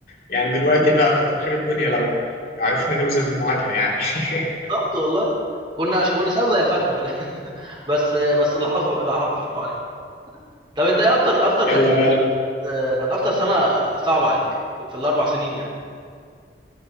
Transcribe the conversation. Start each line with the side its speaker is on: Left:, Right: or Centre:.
Left: يعني دلوقتي بقى كتر خير الدنيا لو عرفنا نوزن المعادله يعني
Right: بالظبط
Left: <laughs>
Right: والله كنا كنا شباب زي الفاكهه في الآخر. <laughs> بس بس اللي حصل بقى حط حطوا علينا طب انت ايه اكتر اكتر كانت
Left: يلا
Right: كانت
Left: بقى
Right: كانت اكتر سنه صعبه عليك في الاربع سنين يعني